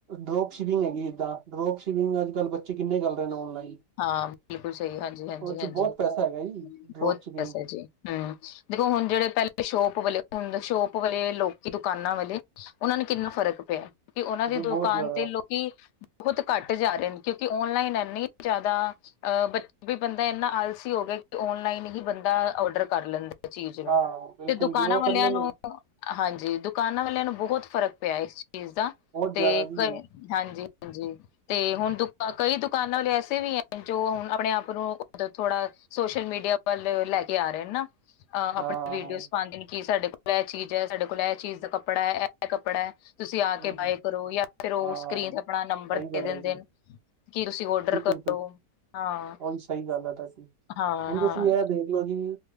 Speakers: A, on the right (about 50°); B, on the left (about 80°).
A: ਡਰੋਪ ਸ਼ਿਪਿੰਗ ਹੈਗੀ ਜਿੱਦਾਂ ਡਰੋਪ ਸ਼ਿਪਿੰਗ ਅੱਜ ਕੱਲ੍ਹ ਬੱਚੇ ਕਿੰਨੇ ਕਰੱਲ ਰਹੇ ਨੇ ਔਨਲਾਈਨ
B: ਹਾਂ, ਬਿਲਕੁਲ ਸਹੀ, ਹਾਂਜੀ ਹਾਂਜੀ
A: ਉਹ ਚ
B: ਹਾਂਜੀ
A: ਬਹੁਤ ਪੈਸਾ ਹੈਗਾ ਜੀ ਡਰੋਪ
B: ਬਹੁਤ
A: ਸ਼ਿਪਿੰਗ
B: ਪੈਸਾ ਐ ਜੀ। ਹੂੰ, ਦੇਖੋ ਹੁਣ ਜਿਹੜੇ ਪਹਿਲੇ ਸ਼ੋਪ ਵਾਲੇ ਹੁਣ ਸ਼ੋਪ ਵਾਲੇ ਲੋਕੀ ਦੁਕਾਨਾਂ ਵਾਲੇ ਓਨਾਂ ਨੂੰ ਕਿੰਨਾ ਫ਼ਰਕ ਪਿਆ। ਕਿਉਂਕਿ ਉਹਨਾਂ ਦੀ
A: ਬਹੁਤ
B: ਦੁਕਾਨ
A: ਜ਼ਿਆਦਾ
B: ਤੇ ਲੋਕੀ ਬਹੁਤ ਘੱਟ ਜਾ ਰਹੇ ਨੇ ਕਿਉਂਕਿ ਔਨਲਾਈਨ ਇਨੀ ਜ਼ਿਆਦਾ। ਅ ਬ ਵੀ ਬੰਦਾ ਇਨਾ ਆਲਸੀ ਹੋ ਗਿਆ ਕਿ ਓਨਲਾਈਨ ਹੀ ਬੰਦਾ ਔਰਡਰ ਕਰ ਲੈਂਦਾ। ਚੀਜ਼ ਨੂੰ
A: ਹਾਂ ਬਿਲਕੁਲ
B: ਤੇ ਦੁਕਾਨਾਂ
A: ਜੀ ਉਹ
B: ਵਾਲਿਆਂ
A: ਕਹਿੰਦੇ ਨੇ
B: ਨੂੰ ਹਾਂਜੀ ਦੁਕਾਨਾਂ ਵਾਲਿਆਂ ਨੂੰ ਬਹੁਤ ਫ਼ਰਕ ਪਿਆ ਇਸ ਚੀਜ਼ ਦਾ
A: ਬਹੁਤ
B: ਤੇ
A: ਜ਼ਿਆਦਾ ਜੀ
B: ਹਾਂਜੀ ਹਾਂਜੀ ਤੇ ਹੁਣ ਦੁ ਕਈ ਦੁਕਾਨਾਂ ਲਿਆ ੇ ਵੀ ਹੈ ਜੋ ਹੁਣ ਆਪਣੇ ਆਪ ਨੂੰ ਥੋੜਾ ਸੋਸ਼ਲ ਮੀਡੀਆ ਵੱਲ ਲੈ ਕੇ ਆ ਰਹੇ ਹਨ ਨਾ ਅਹ
A: ਹਾਂ
B: ਆਪਣੇ ਵੀਡੀਓਜ਼
A: ਹਾਂ
B: ਪਾਂਦੇ ਨੇ ਕੀ ਸਾਡੇ ਕੋਲ ਇਹ ਚੀਜ਼ ਹੈ ਸਾਡੇ ਕੋਲ ਇਹ ਚੀਜ਼ ਦਾ ਕੱਪੜਾ ਹੈ ਇਹ ਕੱਪੜਾ ਹੈ ਤੁਸੀਂ ਆ
A: ਹੂੰ
B: ਕੇ
A: ਹੂੰ
B: ਬਾਏ ਕਰੋ ਜਾਂ ਫਿਰ ਉਹ
A: ਹਾਂ
B: ਸਕਰੀਨ ਤੇ ਆਪਣਾ ਨੰਬਰ
A: ਸਹੀ ਗੱਲ
B: ਦੇ ਦਿੰਦੇ
A: ਹੈ ਜੀ
B: ਨੇ ਕੀ ਤੁਸੀਂ ਔਡਰ ਕਰੋ
A: ਬਿਲਕੁਲ
B: ਹਾਂ
A: ਹੋਹੀ ਸਹੀ ਗੱਲ ਹੈ ਤਾਂਕ ਹੁਣ
B: ਹਾਂ ਹਾਂ
A: ਤੁਸੀਂ ਇਹ ਦੇਖਲੋ ਜੀ